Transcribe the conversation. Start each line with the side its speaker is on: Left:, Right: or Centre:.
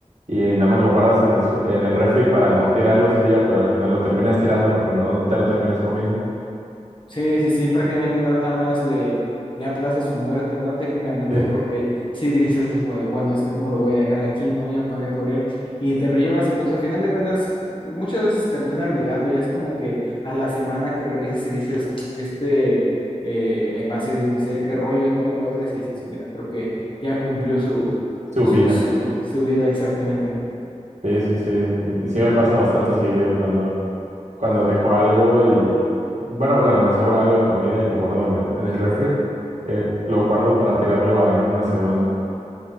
Right: y nada más lo guardas en el, su- en el refri para no tirarlo ese día, pero al final lo terminas tirando porque no te lo terminas comiendo?
Left: Sí, sí, sí, prácticamente nada más le, le aplaza su muerte, ¿no? Técnicamente,
Right: <laughs>
Left: porque sí dices así como de, bueno, es que como lo voy a dejar aquí, ¿no? Ya pagué por él y te lo llevas y pues al final de cuentas muchas veces termina olvidando, ya es como que a la semana que revisas y dices, y este eh, envase de unicel, qué rollo, ¿no? Y lo abres y dices, mira, creo que ya cumplió su,
Right: Su
Left: su,
Right: vida.
Left: su, su vida exactamente.
Right: Sí, sí, sí. Sí me pasa bastante seguido cuando cuando dejo algo y, bueno, cuando me sobra algo de comida y lo guardo en el, en el refri, eh, lo guardo para tirarlo a- en una semana.